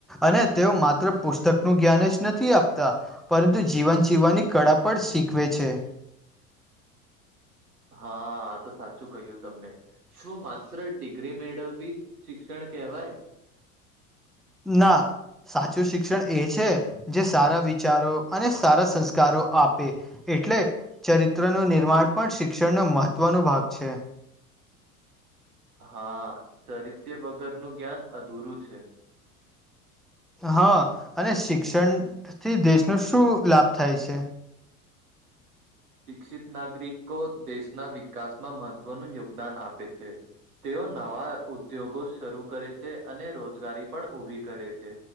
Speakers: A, in the centre; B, on the right.
A: અને તેઓ માત્ર પુસ્તક નું જ્ઞાન જ નથી આપતા પરંતુ જીવન જીવવાની કળા પણ શીખવે છે.
B: હા આ તો સાચું કહ્યું તમને શું માત્ર ડિગ્રી મેળવવી જ શિક્ષણ કેવાય
A: ના સાચું શિક્ષણ એ છે જે સારા વિચારો અને સારા સંસ્કારો આપે એટલે ચરિત્ર નું નિર્માણ પણ શિક્ષણનો મહત્વનો ભાગ છે.
B: હા ચરિત્ર વગરનું જ્ઞાન અધૂરું છે.
A: હા અને શિક્ષણ થી દેશનો શું લાભ થાય છે.
B: શિક્ષિત નાગરિકો દેશના વિકાસમાં મહત્વનું યોગદાન આપે છે. તેઓ નવા ઉદ્યોગો શરૂ કરે છે અને રોજગારી પણ ઊભી કરે છે.